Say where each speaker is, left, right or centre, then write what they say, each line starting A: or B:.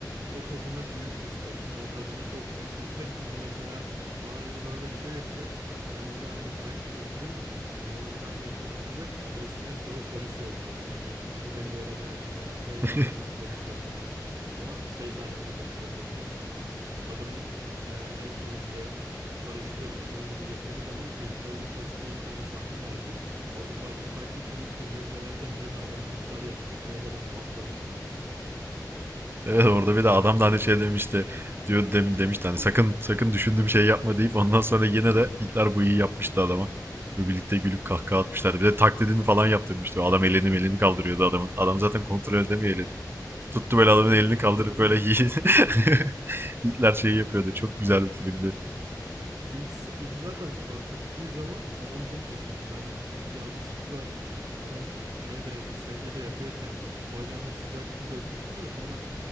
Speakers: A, on the right (about 60°); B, on the right (about 30°).
A: O kadına büyük respect. O kadına çok büyük respect. Çünkü mesela bana biri böyle bir şey yapacak. Ben bir daha hani bırak buluşmayı. Hani bana bir daha mektup atacak. Adresine böyle polis yollardım. Hani bu beni böyle bıraktı falan diye yalan
B: <laughs>
A: atar polis yollardım. Ama şey sahnesi de çok güzeldi hatırlıyor musun? Adamın e, en son işte paraşüte uçmaya gidecekleri zaman bıyıklarını kestiği bir tane sahne vardı. Orada farklı farklı bıyık türleri denerken birine adamı Hitler yapmıştı. Orada ben patlamıştım ya.
B: Evet orada bir de
A: İnanılmaz
B: adam da hani şey
A: iyi.
B: demişti. Diyor demin demişti hani sakın sakın düşündüğüm şey yapma deyip ondan sonra yine de Hitler bu iyi yapmıştı adama. Ve birlikte gülüp kahkaha atmışlardı. Bir de taklidini falan yaptırmıştı. Adam elini elini kaldırıyordu adamın. Adam zaten kontrol edemiyor elini. Tuttu böyle adamın
A: Aynen
B: elini
A: hareket
B: kaldırıp
A: edemiyor.
B: böyle <laughs> Hitler şeyi yapıyordu. Çok güzel bir filmdi.
A: İlk, ilk zaten fark ettiği zaman adam çok şaşırmıştı. Hani yanlışlıkla adam şeyde sedyede yatıyorken bacağına sıcak su dökmüştü ya sonra